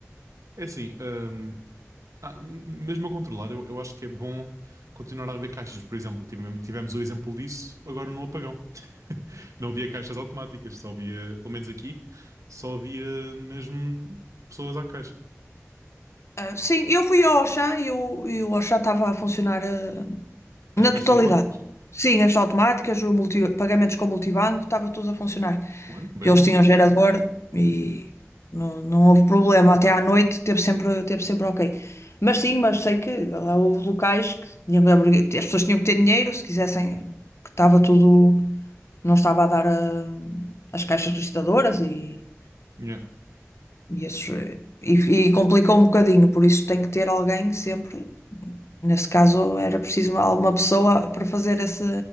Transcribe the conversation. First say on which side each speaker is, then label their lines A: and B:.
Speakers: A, on the right; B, on the left.
A: É assim, hum, Ah, mesmo a controlar, eu, eu acho que é bom continuar a haver caixas, por exemplo. Tivemos, tivemos o exemplo disso agora no apagão. <laughs> Não havia caixas automáticas, só havia, pelo menos aqui, só havia mesmo pessoas à caixa,
B: Ah, sim, eu fui ao Auchan e o, e o Auchan estava a funcionar ah,
A: as
B: na
A: caixas
B: totalidade.
A: automáticas.
B: Sim, as automáticas, o multi- pagamentos com multibanco, estava tudo a funcionar.
A: Olha, bem
B: Eles
A: bom.
B: tinham gerador e não, não houve problema. Até à noite teve sempre, teve sempre ok. Mas sim, mas sei que lá houve locais que tinham que abrir- as pessoas tinham que ter dinheiro se quisessem, que estava tudo. não estava a dar a- as caixas registadoras e,
A: Yeah.
B: e, esses, eh, e, e complicou um bocadinho, por isso tem que ter alguém sempre. Nesse caso era preciso alguma pessoa para fazer esse,